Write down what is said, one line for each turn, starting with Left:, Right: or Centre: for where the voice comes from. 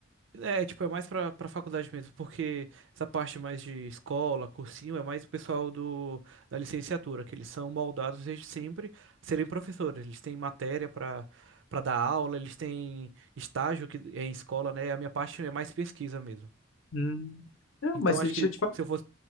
Right: É, tipo, é mais pra, pra faculdade mesmo, porque essa parte mais de escola, cursinho, é mais o pessoal do, da licenciatura, que eles são moldados desde sempre a serem professores. Eles têm matéria pra, pra dar aula, eles têm estágio que é em escola, né? A minha parte é mais pesquisa mesmo.
Left: Hum, não,
Right: Então,
Left: mas
Right: acho
Left: deixa
Right: que
Left: eu te falar.
Right: se eu fosse,